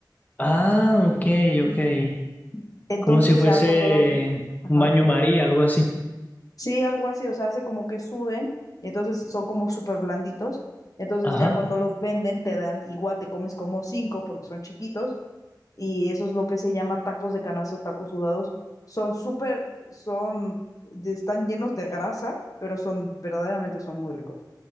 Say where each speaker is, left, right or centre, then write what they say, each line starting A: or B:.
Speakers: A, on the left; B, on the left.
A: Ah, ok, ok.
B: Entonces
A: Como si fuese
B: ya cuando los... Ajá.
A: un baño María, algo así.
B: Sí, algo así, o sea, hace como que suden y entonces son como súper blanditos. Entonces
A: Ajá.
B: ya cuando los venden te dan, igual te comes como cinco porque son chiquitos y eso es lo que se llama tacos de canazo, tacos sudados. Son súper, son, de- están llenos de grasa, pero son, verdaderamente son muy ricos.